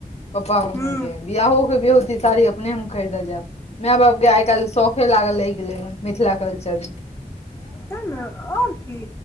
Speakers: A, on the left (about 45°); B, on the left (about 20°).
A: पपा मम्मी
B: हूँ
A: केँ बियाहो केँ बियोहति साड़ी अपने हम खैरदऽ जैब मइय बापके आइय काइल शखे लागल रैह गेलेै हन मिथिला कल्चर मऽ
B: तैय नऽ आओर की